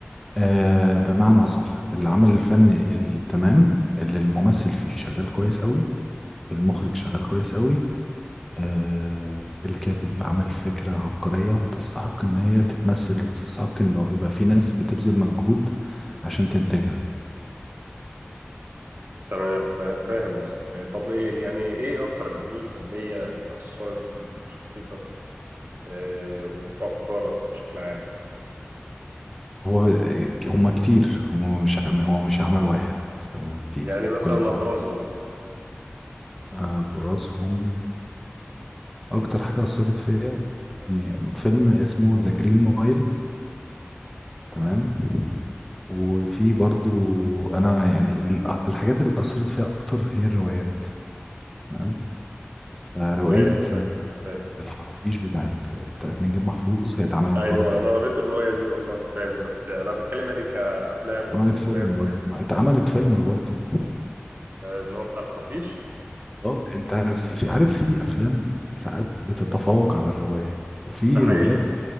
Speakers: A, in the centre; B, on the right.
A: آه بمعنى اصح العمل الفني التمام اللي الممثل فيه شغال كويس قوي المخرج شغال كويس قوي آه الكاتب عمل فكرة عبقرية تستحق ان هي تتمثل وتستحق انه يبقى في ناس بتبذل مجهود عشان تنتجها
B: تمام فا- فاهم قصدي طب إيه يعني إيه أكتر الأعمال الفنية اللي أثرت فيك وفي شخصيتك آه، وفي أفكارك بشكل عام
A: هو هما كتير هما مش هو مش عمل واحد بس هما كتير
B: يعني
A: يعني
B: مثلا
A: كل
B: أبرزهم
A: ابرزهم اكتر حاجه اثرت فيا يعني فيلم اسمه ذا جرين مايل تمام وفي برضو انا يعني ال- الحاجات اللي اثرت فيها اكتر هي الروايات تمام فروايه
B: أيوه فاهم فاهم
A: الحرافيش بتاعت بتاعت نجيب محفوظ هي اتعملت
B: ايوه
A: برضو
B: انا قريت الروايه دي والله فاهم بس انا بتكلم يعني كافلام ومسلسلات
A: اتعملت فيلم
B: وكده
A: برضو ما اتعملت فيلم برضو
B: آه، اللي هو بتاع الحرافيش
A: اه انت عايز- في عارف في افلام ساعات بتتفوق على الروايه وفي
B: ده حقيقي
A: روايات